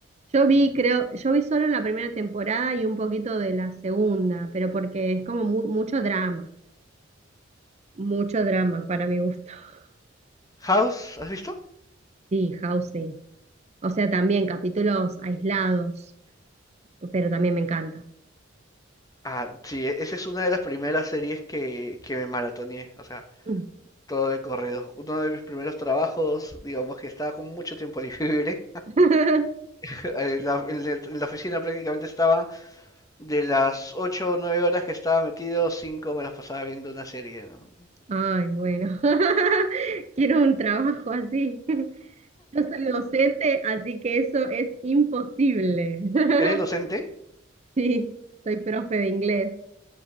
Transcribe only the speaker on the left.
House, ¿has visto?
Ah, sí, e- esa es una de las primeras series que, que me maratoneé, o sea.
Todo de corrido. Uno de mis primeros trabajos, digamos que estaba con mucho tiempo libre.
<laughs> En la, en la- en la oficina prácticamente estaba de las 8 o 9 horas que estaba metido, 5 me las pasaba viendo una serie, ¿no?
¿Eres docente?